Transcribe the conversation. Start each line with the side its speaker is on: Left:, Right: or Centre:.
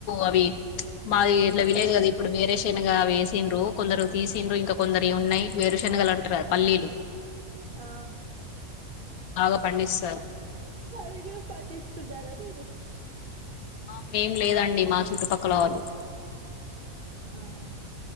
Left: అవి మాది ఇట్ల విలేజ్ కదా ఇప్పుడు వేరే శనగ అవి ఏసిండ్రు కొందరు తీసింన్రు ఇంకా కొందరి ఉన్నయి వేరు శ నగలంటార్గ పల్లీలు
Right: ఆ
Left: బాగా పండిస్
Right: అవి గుడ పండిస్తున్నారా మీరు
Left: ఆ మేం లేదండి మా చుట్టుపక్కల వాళ్ళు.
Right: ఆ హా